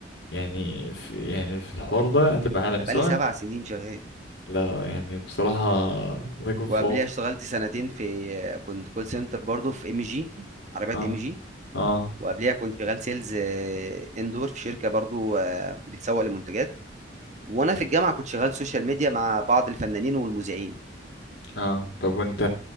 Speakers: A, on the left; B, on the right.
A: يعني في يعني في الحوار ده هتبقى عالمي
B: انا
A: سواء
B: بقالي سبع سنين شغال
A: لا يعني بصراحة الله يكون في
B: وقبليها
A: عونك
B: اشتغلت سنتين في كنت كول سنتر برضو في ام جي عربيات
A: اه
B: ام جي
A: اه
B: وقبليها كنت شغال سيلز آه، اندور في شركه برضو آه، بتسوق لمنتجات وانا في الجامعه كنت شغال سوشيال ميديا مع بعض الفنانين والمذيعين
A: اه طب وانت